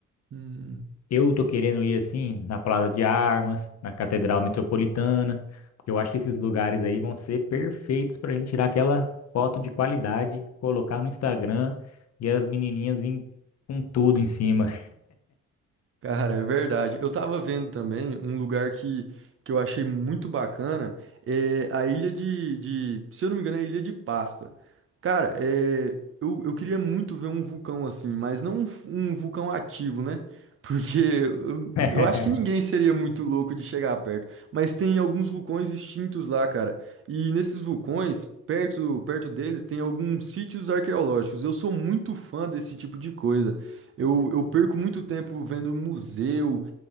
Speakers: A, on the right; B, on the left.
A: Hum.
B: Eu tô querendo ir assim na Plaza de Armas, na Catedral Metropolitana, porque eu acho que esses lugares aí vão ser perfeitos pra gente tirar aquela foto de qualidade, colocar no Instagram e as menininhas virem com tudo em cima.
A: Cara, é verdade. Eu tava vendo também um lugar que, que eu achei muito bacana, é a ilha de, de, se eu não me engano, é a Ilha de Páscoa. Cara, é, eu, eu queria muito ver um vulcão assim, mas não um, fu- um vulcão ativo, né? <laughs> Porque eu,
B: <laughs>
A: eu acho que ninguém seria muito louco de chegar perto. Mas tem alguns vulcões extintos lá, cara. E nesses vulcões, perto, perto deles, tem alguns sítios arqueológicos. Eu sou muito fã desse tipo de coisa. Eu, eu perco muito tempo vendo museu,